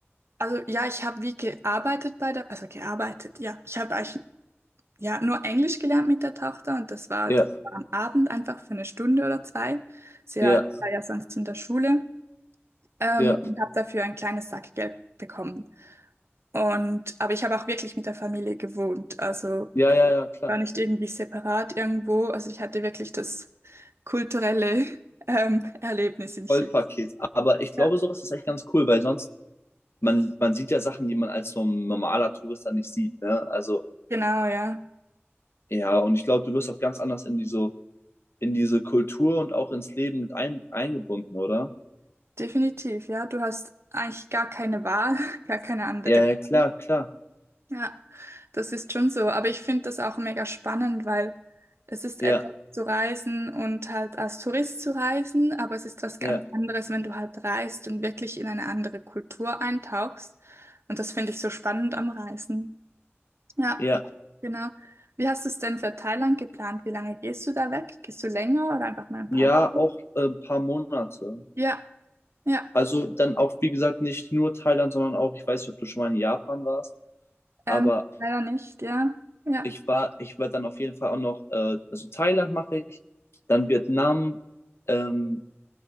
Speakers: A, on the right; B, on the left.
A: also ja, ich habe wie gearbeitet bei der, also gearbeitet, ja, ich habe eigentlich ja nur Englisch gelernt mit der Tochter und das war,
B: Ja,
A: das war am Abend einfach für eine Stunde oder zwei. Sie
B: ja,
A: war, war ja sonst in der Schule ähm,
B: ja,
A: und habe dafür ein kleines Sackgeld bekommen. Und aber ich habe auch wirklich mit der Familie gewohnt, also
B: ja, ja, ja, klar.
A: War nicht irgendwie separat irgendwo. Also ich hatte wirklich das kulturelle <laughs> ähm, Erlebnis in
B: Vollpaket.
A: Chile.
B: Aber ich glaube,
A: Ja.
B: sowas ist echt ganz cool, weil sonst, man, man sieht ja Sachen, die man als so ein normaler Tourist dann nicht sieht, ne? Also,
A: Genau, ja.
B: ja, und ich glaube, du wirst auch ganz anders in diese, in diese Kultur und auch ins Leben mit ein, eingebunden, oder?
A: Definitiv, ja. Du hast eigentlich gar keine Wahl, <laughs> gar keine andere
B: Ja, ja, klar,
A: Wahl.
B: klar.
A: Ja, das ist schon so. Aber ich finde das auch mega spannend, weil es ist
B: Ja,
A: etwas zu reisen und halt als Tourist zu reisen, aber es ist was ganz
B: ja.
A: anderes, wenn du halt reist und wirklich in eine andere Kultur eintauchst. Und das finde ich so spannend am Reisen. Ja,
B: Ja,
A: genau. Wie hast du es denn für Thailand geplant? Wie lange gehst du da weg? Gehst du länger oder einfach mal ein
B: ja,
A: paar Wochen?
B: auch äh, ein paar Monate.
A: Ja, ja.
B: Also dann auch, wie gesagt, nicht nur Thailand, sondern auch, ich weiß nicht, ob du schon mal in Japan warst,
A: Ähm,
B: aber
A: leider nicht, ja. Ja,
B: ich war, ich war dann auf jeden Fall auch noch, äh, also Thailand mache ich, dann Vietnam, ähm,